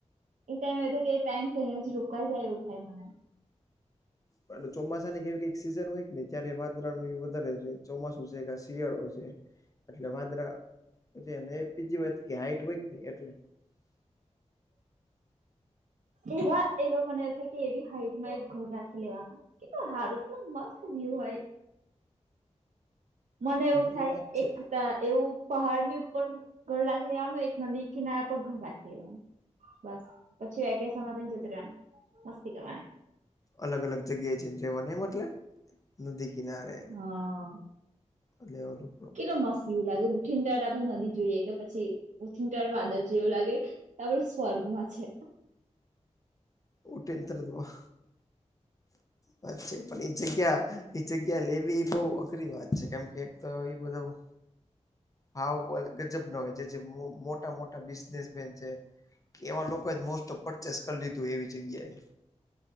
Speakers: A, on the right (about 85°); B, on the left (about 25°).
A: એ ટાઈમ એવુ થાય કે એ ટાઈમ ટઇ અજ રોકાઈ જાય એવું થાય મને.
B: <unintelligible> ચોમાસાને એવી કઈક સીઝન હોયન ને ત્યારે વાદરા નું એ વધારે રે, ચોમાસું છે કા શિયાળો છે. એટલે વાદરા પછી નઈ આ બીજી વાત કે હાઈટ વેટ નઈ એટલે.
A: એવા એવા મને એ થાઈ કે એવી હાઈટમાં એક ઘર રાખી લેવાનો, કેટલો હારું, કેટલો મસ્ત વ્યુ હોય. મને એવું
B: હા
A: થાય
B: એ વાત છે
A: એક ત એવું પહાડ ની ઉપર ઘર રાખી લેવાનું, એક નદી કિનારા પર ઘર રાખી લેવાનું. બસ પછી વેકેશનમાં તઈ જતું રે, મસ્તી કરવાની.
B: અલગ અલગ જગ્યાએ છે જેવાને એ મટલે? નદી કિનારે
A: હા
B: અગલે વારુ
A: કેટલો મસ્ત વ્યુ લાગે. ઉઠીન તળ આપડે નદી જોઈએ કે પછી, ઉઠીન તળ વાદળ જોયું એવું લાગે તે આપણે સ્વર્ગમાં છે.
B: ઉઠીન તરત વા વાત છે પણ એ જગ્યા, એ જગ્યા લેવી એ બઉ અઘરી વાત છે કેમ કે એક તો એ બધામાં ભાવ ગજબ ના હોય જે જે મોટા મોટા બિઝનેસમેન છે કે એવા લોકોએ જ મોસ્ટ ઓફ પરચેસ કરી લીધું એવી જગ્યાએ.